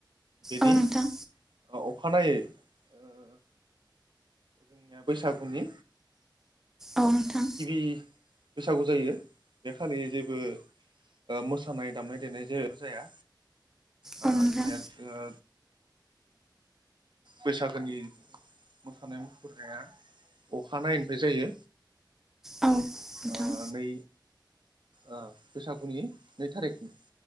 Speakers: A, on the right; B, in the centre.
A: बेनि
B: औ नोंथां
A: अखानायै ओ जोंनिया बैसागुनि
B: औ नोंथां
A: गिबि बैसागु जायो बे खालि जेबो ओ मोसानाय दामनाय देनाय जाया आ
B: औ नोंथां
A: जोंनिया ओ बैसागोनि मोसानाय मुसुरनाया अखानायैनायनिफ्राय जायो
B: औ नोंथां
A: ओ नै ओ बैसागुनि नै थारिखनि